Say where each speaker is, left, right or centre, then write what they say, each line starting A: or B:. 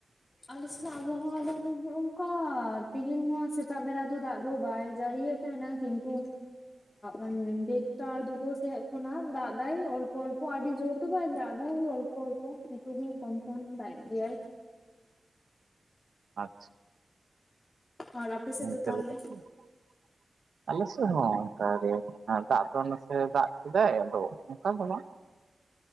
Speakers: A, on the left; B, on the right.
A: ᱟᱞᱮ ᱥᱮᱱᱟᱜ ᱟᱵᱚᱦᱟᱣᱟ ᱫᱚ ᱦᱚᱜᱼᱚᱝᱠᱟ ᱛᱮᱦᱮᱧ ᱦᱚᱸ ᱥᱮᱛᱟᱜ ᱵᱮᱲᱟ ᱫᱚ ᱫᱟᱜ ᱫᱚ ᱵᱟᱭ ᱡᱟᱹᱲᱤᱭᱮᱫ ᱛᱟᱦᱮᱸᱱᱟ᱾ ᱠᱤᱱᱛᱩ ᱟᱸ ᱰᱮᱴᱴᱟ ᱫᱩᱴᱳ ᱥᱮᱫ ᱠᱷᱚᱱᱟᱜ ᱫᱟᱜ ᱫᱟᱭ ᱚᱞᱯᱚ ᱚᱞᱯᱚ ᱟᱹᱰᱤ ᱡᱳᱨ ᱫᱚ ᱵᱟᱭ ᱫᱟᱜᱫᱟ ᱚᱞᱯᱚ ᱚᱞᱯᱚ ᱱᱤᱛᱚᱜ ᱦᱚᱸ ᱠᱚᱢ ᱠᱚᱢ ᱫᱟᱜᱼᱮᱜ ᱜᱮᱭᱟᱭ᱾
B: ᱟᱪᱪᱷᱟ
A: ᱟᱨ ᱟᱯᱮ ᱥᱮᱫ
B: ᱱᱤᱝᱠᱟᱹ
A: ᱫᱚ ᱛᱟᱦᱞᱮ?
B: ᱞᱮᱠᱟ <inaudible> ᱟᱞᱮ ᱥᱮᱜ ᱦᱚᱸ ᱚᱝᱠᱟᱜ ᱜᱮ ᱫᱟᱜ ᱫᱚ ᱱᱟᱥᱮ ᱫᱟᱜ ᱠᱮᱫᱟᱭ ᱟᱫᱚ ᱚᱝᱠᱟ ᱫᱚ ᱵᱟᱝ᱾